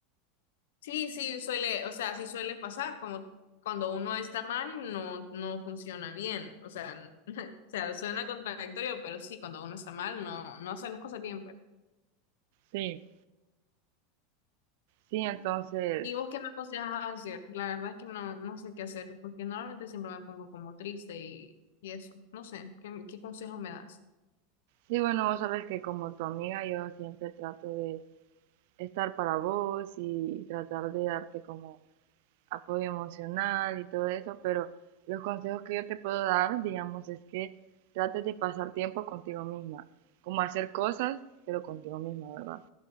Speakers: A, on the left; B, on the right.
A: sí, sí, suele, o sea, sí suele pasar, como cuando uno está mal, no, no funciona bien. O sea, <laughs> o sea, suena contradictorio, pero sí, cuando uno está mal, no, no hace las cosas bien, pues.
B: Sí, sí, entonces,
A: ¿Y vos qué me aconsejas hacer? La verdad es que no, no sé qué hacer, porque normalmente siempre me pongo como triste y, y eso. No sé, ¿qué, qué consejo me das?
B: sí, bueno, vos sabes que como tu amiga yo siempre trato de estar para vos y tratar de darte como apoyo emocional y todo eso, pero los consejos que yo te puedo dar, digamos, es que trates de pasar tiempo contigo misma, como hacer cosas, pero contigo misma, ¿verdad?